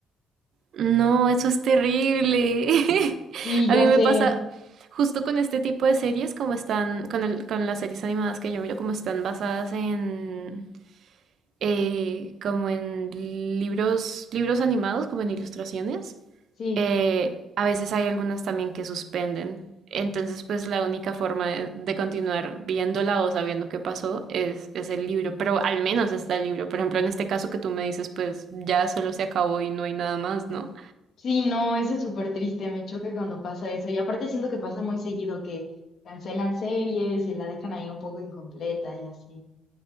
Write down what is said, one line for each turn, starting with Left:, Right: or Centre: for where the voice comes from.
Right: No, eso es terrible. <laughs>
Left: sí,
Right: A
Left: ya
Right: mí me
Left: sé,
Right: pasa justo con este tipo de series, como están, con el- con las series animadas que yo miro, como están basadas en, eh, como en libros, libros animados, como en ilustraciones.
Left: sí,
Right: eh, a veces hay algunas también que suspenden. Entonces, pues la única forma de, de continuar viéndola o sabiendo qué pasó es, es el libro, pero al menos está el libro. Por ejemplo, en este caso que tú me dices, pues ya solo se acabó y no hay nada más, ¿no?
Left: sí, no, eso es súper triste, me choca cuando pasa eso. Y aparte siento que pasa muy seguido, que cancelan series y la dejan ahí un poco incompleta y así.